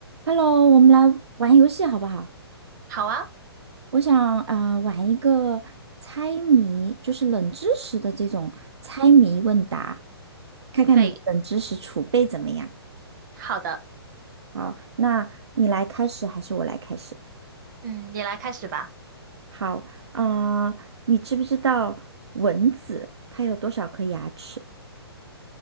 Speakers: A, on the right; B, on the right.
A: Hello，我们来玩游戏好不好？
B: 好啊，
A: 我想呃玩一个猜谜，就是冷知识的这种猜谜问答，看看你的冷知识储备怎么样。
B: 可以，好的，
A: 好，那你来开始还是我来开始？
B: 嗯，你来开始吧。
A: 好，呃，你知不知道蚊子它有多少颗牙齿？